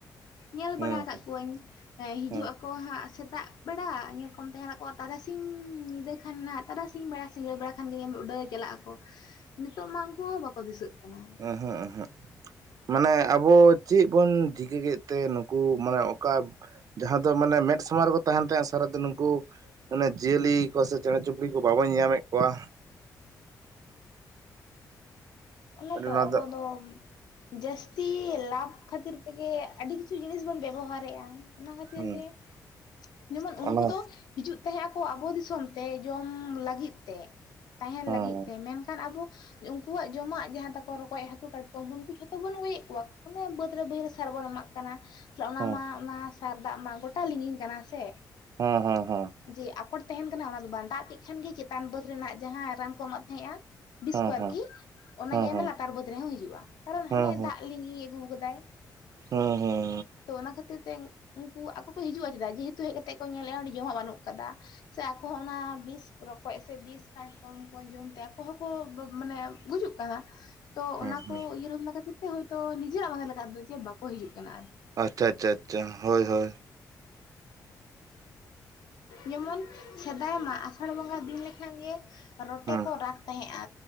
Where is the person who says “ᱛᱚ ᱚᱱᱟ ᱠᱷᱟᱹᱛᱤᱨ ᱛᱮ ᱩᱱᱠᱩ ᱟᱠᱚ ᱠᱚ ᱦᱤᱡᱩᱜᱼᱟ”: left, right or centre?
Left